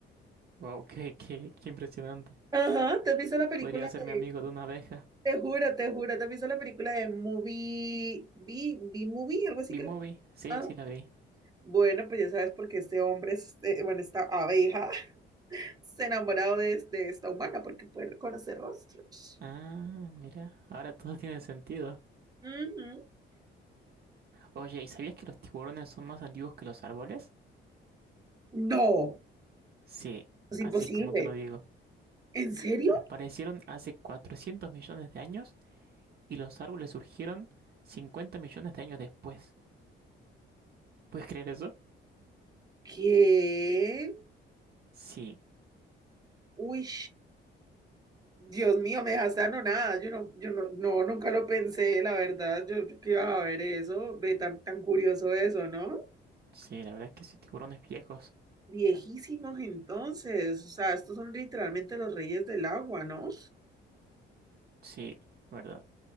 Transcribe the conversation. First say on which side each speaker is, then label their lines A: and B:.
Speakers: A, on the right; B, on the right.
A: Wow, <laughs> qué, qué, qué impresionante.
B: Ajá, ¿te has visto la película
A: Podría ser
B: de,
A: mi amigo de una abeja.
B: te juro, te juro, te has visto la película de Movie, B, B Movie, algo así
A: ¿Vi
B: creo.
A: movie? Sí,
B: Ah,
A: sí la vi.
B: bueno, pues ya sabes por qué este hombre, este, bueno, esta abeja, <laughs> se ha enamorado de, de esta humana porque puede reconocer rostros.
A: Ah, mira, ahora todo tiene sentido.
B: Ujú.
A: Oye, ¿y sabías que los tiburones son más antiguos que los árboles?
B: No,
A: Sí,
B: es
A: así
B: imposible.
A: como te lo digo.
B: ¿En serio?
A: Aparecieron hace 400 millones de años y los árboles surgieron 50 millones de años después. ¿Puedes creer eso?
B: ¿Qué?
A: Sí,
B: Uy. Dios mío, me dejaste anonada. Yo no, yo no, no, nunca lo pensé, la verdad. Yo, yo que iba a ver eso, ve tan, tan curioso eso, ¿no?
A: sí, la verdad es que sí, tiburones viejos.
B: Viejísimos entonces. O sea, estos son literalmente los reyes del agua, ¿no?
A: Sí, ¿verdad?